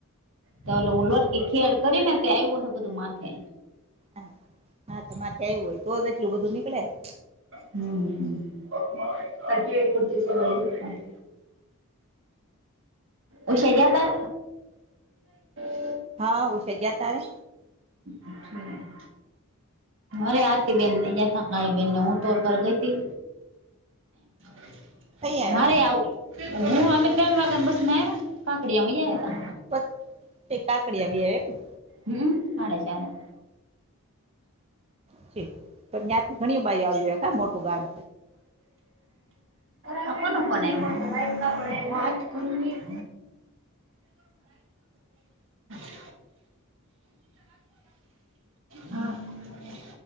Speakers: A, on the right; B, on the right.
A: ચલો હું લોટકી ખેડ કરીને તે આવ્યું હે બધું માથે.
B: હા હા તે માથે આવ્યું હોય તો જ એટલું બધું નીકળે ન.
A: હમ હમ <inaudible> ઉસે ગ્યાં તા <inaudible>
B: હા ઉસે ગયા તા ને.
A: અ ઠીક. અરે આરતીબેનને ગયા તા મારી બેનને હું તો પર ગઈતી. <inaudible>
B: કઈ આવ્યા
A: મારે
B: તમે
A: આવું હું અમે ત્રણ વાગ્યાને બસ માં આવ્યા કાકડી અમે આયા તા.
B: બસ એક કાકડી એવી એમ ને.
A: હમ હાડા ચારે. <inaudible>
B: ઠીક પણ ત્યાંથી ઘણી બાાઈ આવ્યું કા મોટું ગામ
A: આ કોનો ફોન આયવો? વાત કરો ને. <inaudible> <inaudible> હા <inaudible>